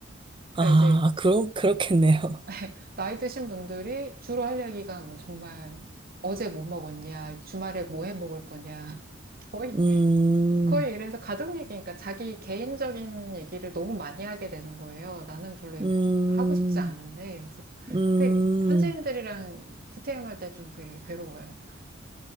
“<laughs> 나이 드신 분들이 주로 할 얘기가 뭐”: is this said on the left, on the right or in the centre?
Right